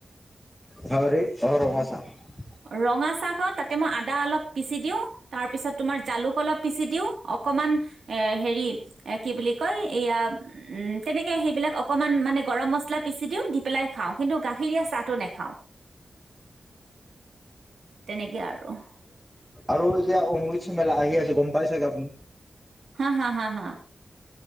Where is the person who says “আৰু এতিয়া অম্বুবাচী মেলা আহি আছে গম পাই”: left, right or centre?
Centre